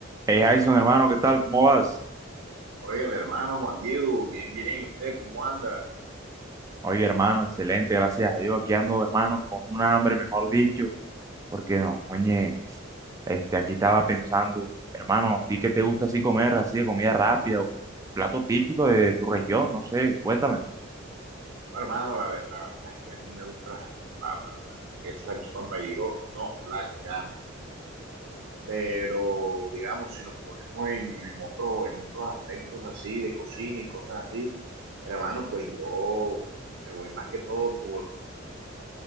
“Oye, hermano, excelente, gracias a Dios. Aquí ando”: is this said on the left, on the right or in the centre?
Right